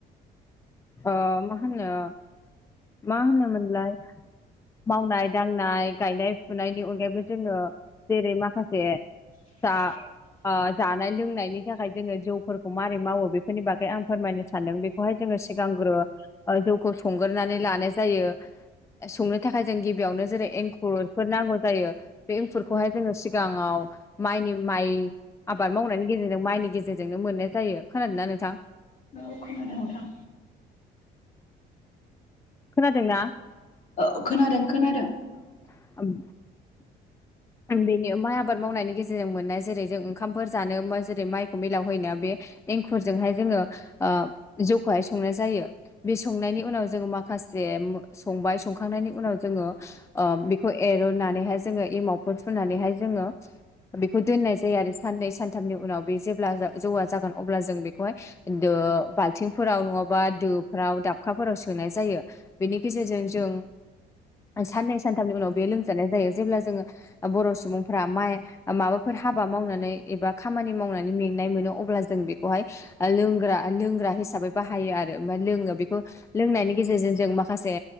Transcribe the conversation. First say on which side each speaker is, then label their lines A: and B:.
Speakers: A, on the left; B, on the left.
A: ओ मा होनो मा होनोमोनलाय मावनाय दांनाय गायनाय फुनायनि अनगायैबो जोङो जेरै माखासे
B: <inaudible>
A: जा ओ जानाय लोंनायनि थाखाय जोङो जौफोरखौ मारै मावो बेफोरनि बागै आं फोरमायनो सानदों बेखौहाय जों जोङो सिगांग्रो जौखौ संग्रोनानै लानाय जायो। संनो थाखाय जों गिबियावनो जेरै एंखुरफोर नांगौ जायो बे फोरखौहाय जोङो सिगाङाव माइनि माइ आबाद मावनायनि गेजेरजों माइनि गेजेरजोंनो मोनो। जायो खोनादोंना नोंथां?
B: औ खोनादों नोंथां।
A: खोनादोंना?
B: औ खोनादों खोनादों।
A: <unintelligible> बेनो माइ आबाद मावनायनि गेजेरजों मोननाय जेरै जों ओंखामफोर जानो बा जेरै माइखौ मिलावहोयोना बे एंखुरजोंहाय जोङो ओ जौखौहाय संनाय जायो। बे संनायनि उनाव जोङो माखासे संबाय सखांनायनि उनाव जोङो ओ बेखौ एर'नानैहाय जोङो एमाव फुनानैहाय जोङो बेखौ दोननाय जायो आरो साननै सानथामनि उनाव बे जेब्ला जौवा जागोन अब्ला जों बेखौहाय बाल्थिंफोराव नङाबा दो राव दाबखाफोराव सोनाय जायो बेनि गेजेरजों जों साननै सानथामनि उनाव बे लोंजानाय जायो जेब्ला जोङो। बर' सुबुंफोरा माइ माबाफोर हाबा मावनानै एबा खामानि मावनानै मेंनाय मोनो अब्ला जों बेखौहाय लोंग्रा हिसाबै बाहायो आरो लोङो बेखौ लोंनायनि गेजेरजों जों जों माखासे